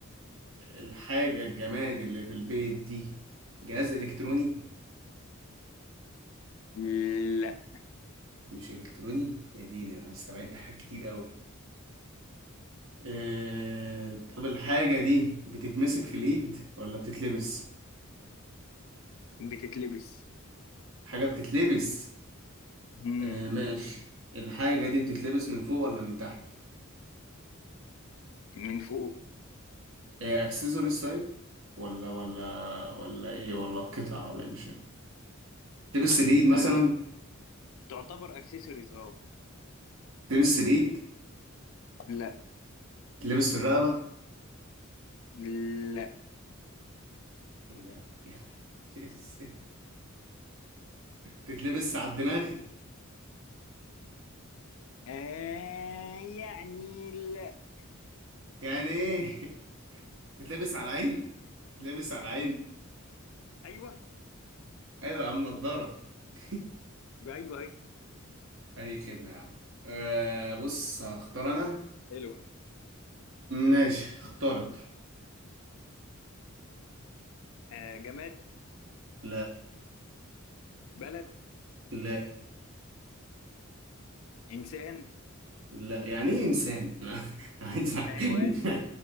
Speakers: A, on the right; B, on the left.
A: الحاجة الجماد اللي في البيت دي جهاز الكتروني
B: لا
A: مش الكتروني يا ديني انا استبعدت حاجات كتير قوي أه... طب الحاجة دي بتتمسك في الايد ولا بتتلبس
B: بتتلبس
A: حاجة بتتلبس
B: مم.
A: أه ماشي الحاجة دي بتتلبس من فوق ولا من تحت
B: من فوق
A: هي اكسسوارز طيب ولا ولا ولا ايه ولا قطعة ولا مش فاهم تلبس الايد مثلا
B: آه تعتبر اكسسوارز اه
A: تلبس الايد
B: لا
A: تلبس في الرقبة
B: لا
A: ايه ده <laughs> يعني تتلبس تتلبس على الدماغ
B: آه يعني لا
A: يعني ايه <laughs> تتلبس على العين تتلبس على العين
B: ايوه
A: ايوه يا عم نضاره <laughs>
B: ايوه اهي
A: اي خدمه يا عم أه بص هختار انا
B: حلو
A: ماشي اخترت
B: آه جماد
A: لا
B: بلد
A: لا
B: انسان
A: لا يعني ايه انسان <laughs> انا عايز <laughs>
B: حيوان